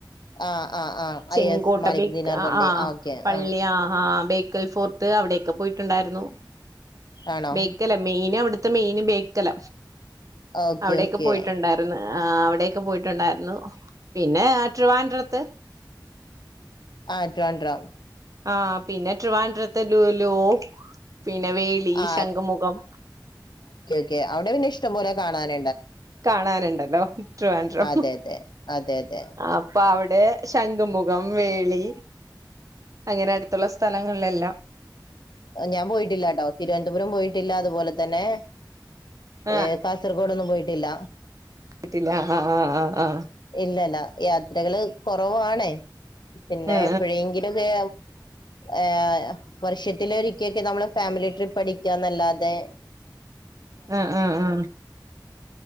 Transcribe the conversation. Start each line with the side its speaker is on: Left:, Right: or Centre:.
Left: ആ ആ ആ ആ
Right: ചെങ്കോട്ട
Left: യെസ് മാലിക്
Right: ബിക്ക്
Left: ദിനാർ
Right: ആഹ്
Left: പള്ളി
Right: ആഹ്
Left: ആ ഓക്കെ
Right: പള്ളി
Left: ആ
Right: ആഹ് ആഹ് ബേക്കൽ ഫോർട്ട് അവിടെക്കെ പോയിട്ടുണ്ടായിരുന്നു
Left: ആണോ
Right: ബേക്കല മെയിൻ അവിടു അവിടെത്തെ മെയിന് ബേക്കല
Left: ഓക്കെ
Right: അവിടൊക്കെ
Left: ഓക്കെ
Right: പോയിട്ടുണ്ടായിരുന്നു ആഹ് അവിടൊക്കെ പോയിട്ടുണ്ടായിരുന്നു പിന്നെ ട്രിവാൻഡ്രത്ത്
Left: ആഹ് ട്രിവാൻഡ്രം
Right: ആഹ് പിന്നെ ട്രിവാൻഡ്രത്തെ ലുലു പിന്നെ വേളി
Left: ആ
Right: ശംഖുമുഖം
Left: ഒക്കെ അവിടെ പിന്നെഷ്ടം പോലെ കാണാനു
Right: കാണാനുണ്ടല്ലോ ട്രിവാൻഡ്രം
Left: അതെ അതെ അതെ അതെ
Right: അപ്പ അവിടെ ണ്ട് ശംഖുമുഖം വേളി അങ്ങനെ അടുത്തുള്ള സ്ഥലങ്ങളിലെല്ലാം
Left: ഞാൻ പോയിട്ടില്ലാട്ടോ തിരുവനന്തപുരം പോയിട്ടില്ല അതുപോലെ തന്നെ
Right: ആ
Left: ഏ കാസർഗോ ടൊന്നും പോയിട്ടില്ല
Right: കട്ടില്ല ആഹ് ആഹ് ആഹ് ആഹ്
Left: ഇല്ലല്ല യാത്രകള് കുറവാണേ പിന്നെ
Right: ആ ആ
Left: എപ്പോഴെങ്കിലുംക്കെ ഏഹ് വർഷത്തില ഒരിക്കൊക്കെ നമ്മള് ഫാമിലി ട്രിപ്പ് അടിക്കാ എന്നല്ലാതെ
Right: ആഹ് ആഹ് ആഹ്